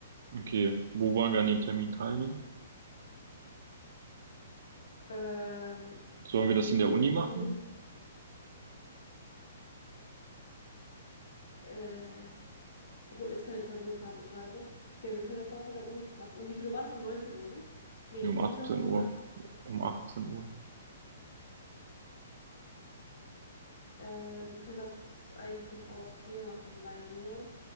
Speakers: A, on the right; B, on the left.
A: Okay, wo wollen wir an dem Termin teilnehmen?
B: Ähm,
A: Sollen wir das in der Uni
B: um,
A: machen?
B: um, äh, obwohl, ist keine Klausurphase gerade, ne? Ja, wir können das auch an der Uni machen. Um wie viel Uhr war das? Um 19 Uhr, ne? Nee,
A: Nee, um
B: um
A: 18
B: wie viel Uhr hast du
A: Uhr.
B: nochmal?
A: Um 18 Uhr.
B: Äh, wir können das eigentlich auch hier machen bei mir.